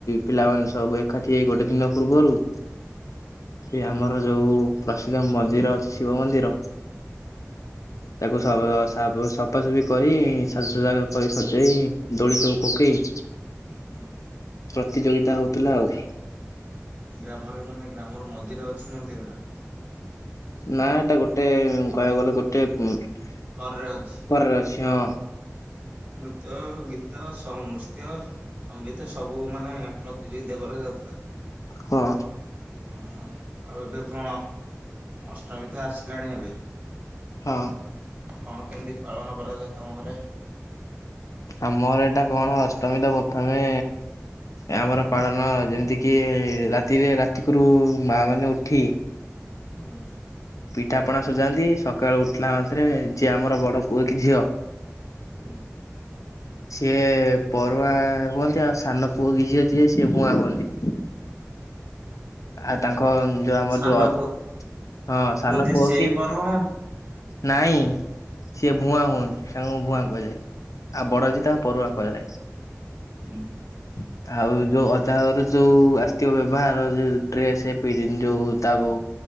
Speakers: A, on the left (about 80°); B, on the right (about 25°).
A: ପିଲାମାନେ ସବୁ ଏକାଠି ହେଇ ଗୋଟେ ଦିନ ପୂର୍ବରୁ ସେ ଆମର ଯୋଉ ପ୍ରସିଦ୍ଧ ମନ୍ଦିର ଅଛି ଶିବ ମନ୍ଦିର
B: ହୁଁ
A: ତାକୁ ସ ସଫାସଫି କରି ସାଜାସଜା କରି ସଜେଇ ଦୋଳି ସବୁ ପକେଇ
B: ହୁଁ।
A: ପ୍ରତିଯୋଗିତା ହଉଥିଲା ଆଉ।
B: ଗ୍ରାମରେ ମାନେ ଗ୍ରାମର ମନ୍ଦିର ଅଛି ମନ୍ଦିର ଟା
A: ନା ଏଟା ଗୋଟେ କହିବାକୁ ଗଲେ ଗୋଟେ <unintelligible>
B: କରରେ ଅଛି।
A: ଘରେ ଅଛି ହଁ।
B: ନୃତ୍ୟ ଗୀତ ସଉନୃତ୍ୟ ସଙ୍ଗୀତ ସବୁ ମାନେ ପ୍ରତିଯୋଗିତା କରାଯାଉଥିଲା।
A: ହଁ
B: ଓହୋ ଆଉ ଏବେ କଣ ଅଷ୍ଟମୀ ତ ଆସିଲାଣି ଏବେ।
A: ହଁ
B: କଣ କେମିତି ପାଳନ କରାଯାଏ ତମ ଘରେ
A: ଆମର ଏଇଟା କଣ ଅଷ୍ଟମୀ ତ ପ୍ରଥମେ ଆମର ପାଳନ ଯେମିତିକି ରାତିରେ ରାତିକରୁ ମା ମାନେ ଉଠି
B: ହୁଁ
A: ପିଠାପଣା ସୁଝାନ୍ତି ସକାଳେ ଉଠିଲା ମାତ୍ରେ ଯିଏ ଆମର ବଡ଼ ପୁଅ କି ଝିଅ।
B: ହୁଁ
A: ସିଏ ପରୁଆ ହୁଅନ୍ତି ଆଉ ସାନ ପୁଅ କି ଝିଅ ଯିଏ ସିଏ ବୂଆଁ ହୁଅନ୍ତି। ଆଉ ତାଙ୍କ ଯୋଉ ଆମର
B: ସାନ
A: ଯୋଉ
B: ପୁଅ
A: ହଁ ସାନ
B: ଯିଏ
A: ପୁଅ
B: ସେଇ
A: କି
B: ପର୍ବ ହଁ
A: ନାଇଁ ସିଏ ଭୁଆଁ ହୁଅନ୍ତି। ସାଙ୍ଗ ଭୁଆଁ କୁହାଯାଏ ଆଉ ବଡ ଯିଏ ତାଙ୍କ ପରୁଆଁ କୁହାଯାଏ।
B: ହୁଁ ହୁଁ।
A: ହ। ଆଉ ଯୋଉ ଅଜା ଘରୁ ଯୋଉ ଆସ୍ଥିବ ବ୍ୟବହାର ଯୋଉ ଡ୍ରେସ୍ ପି ଯୋଉ ତା ବ